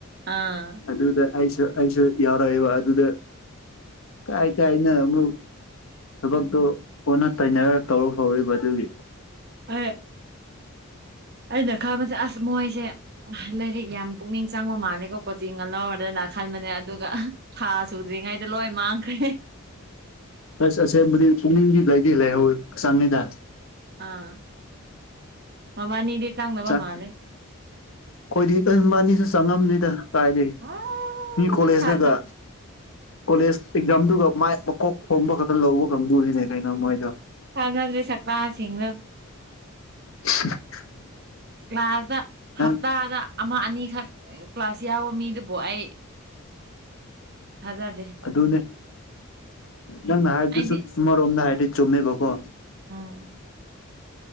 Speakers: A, on the right; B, on the left.
A: ꯑꯥ
B: ꯑꯗꯨꯗ ꯑꯩꯁꯨ ꯑꯩꯁꯨ ꯌꯥꯎꯔꯛꯑꯦꯕ ꯑꯗꯨꯗ ꯀꯥꯏ ꯀꯥꯏꯅꯣ ꯑꯃꯨꯛ ꯊꯕꯛꯇꯨ ꯑꯣꯟꯅ ꯇꯩꯅꯔ ꯇꯧꯔ ꯍꯧꯔꯤꯕ ꯑꯗꯨꯒꯤ
A: ꯑꯩ ꯑꯩꯅ ꯈꯟꯕꯁꯦ ꯑꯁ ꯃꯣꯏꯖꯦ ꯂꯥꯏꯔꯤꯛ ꯌꯥꯝ ꯄꯨꯛꯅꯤꯡ ꯆꯪꯕ ꯃꯥꯜꯂꯦꯀꯣ ꯀꯣꯆꯤꯡꯒ ꯂꯧꯔꯗꯅ ꯈꯟꯕꯅꯦ ꯑꯗꯨꯒ ꯊꯥ ꯁꯨꯗ꯭ꯔꯤꯉꯩꯗ ꯂꯣꯏ ꯃꯥꯡꯈ꯭ꯔꯦ
B: ꯑꯁ ꯑꯁꯦꯡꯕꯗꯤ ꯄꯨꯛꯅꯤꯡꯗꯤ ꯂꯩꯗꯤ ꯂꯩꯍꯧꯏ ꯍꯛꯆꯥꯡꯅꯤꯗ
A: ꯑꯥ ꯃꯕꯥꯅꯤꯗꯤ ꯆꯪꯗꯕ ꯃꯥꯜꯂꯦ
B: <unintelligible> ꯈꯣꯏꯗꯤ ꯑꯪ ꯃꯕꯥꯅꯤꯁꯨ ꯆꯪꯉꯝꯅꯤꯗ ꯀꯥꯢꯗꯩ
A: ꯎꯝ
B: ꯃꯤ ꯀꯣꯂꯦꯖꯗꯒ
A: ꯊꯥ
B: ꯀꯣꯂꯦꯖ ꯑꯦꯛꯖꯥꯝꯗꯨꯒ ꯃꯥꯏ ꯃꯀꯣꯛ ꯊꯣꯡꯕ ꯈꯛꯇ ꯂꯧꯕ ꯀꯪꯕꯨꯅꯤꯅꯦ ꯀꯩꯅꯣ ꯃꯣꯏꯗꯣ
A: ꯊꯥꯖꯗꯦ ꯁꯛꯇꯥ ꯁꯤꯡꯗꯨ
B: <unintelligible>
A: ꯀ꯭ꯂꯥꯁꯇ ꯍꯞꯇꯥꯗ
B: ꯅꯪ
A: ꯑꯃ ꯑꯅꯤꯈꯛ ꯀ꯭ꯂꯥꯁ ꯌꯥꯎꯕ ꯃꯤꯗꯨꯕꯨ ꯑꯩ ꯊꯥꯖꯗꯦ
B: ꯑꯗꯨꯅꯦ ꯅꯪꯅ ꯍꯥꯏꯕꯗꯨ
A: ꯑꯩꯗꯤ
B: ꯆꯨꯝ ꯑꯃꯔꯣꯝꯗ ꯍꯥꯏꯗꯤ ꯆꯨꯝꯃꯦꯕꯀꯣ
A: ꯎꯝ